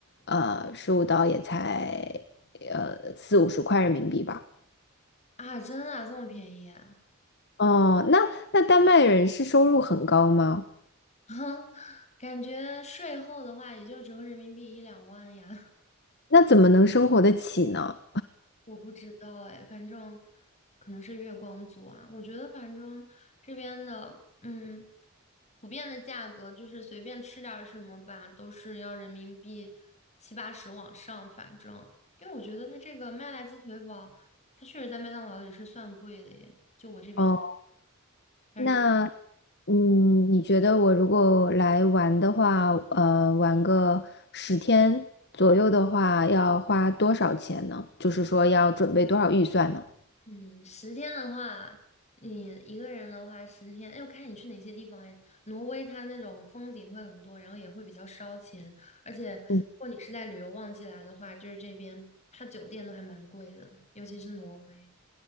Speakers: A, on the left (about 55°); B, on the left (about 35°).
A: 呃，十五刀也才呃四五十块人民币吧。
B: 啊，真的啊这么便宜啊？
A: 哦，那那丹麦人是收入很高吗？
B: <laughs> 感觉税后的话也就折合人民币一两万呀。
A: 那怎么能生活得起呢？
B: 我不知道哎，反正可能是月光族啊。我觉得反正这边的，嗯，普遍的价格就是随便吃点儿什么吧，都是要人民币七八十往上。反正，因为我觉得它这个麦辣鸡腿堡，它确实在麦当劳里是算贵的耶，就我这边啊，
A: 哦，
B: 它是算。
A: 那嗯，你觉得我如果来玩的话，呃，玩个十天左右的话，要花多少钱呢？就是说要准备多少预算呢？
B: 嗯，十天的话，你一个人的话，十天，哎，我看你去哪些地方哎。挪威它那种风景会很多，然后也会比较烧钱，而且如果你是在旅游旺季来的话，
A: 嗯，
B: 就是这边它酒店都还蛮贵的，尤其是挪威。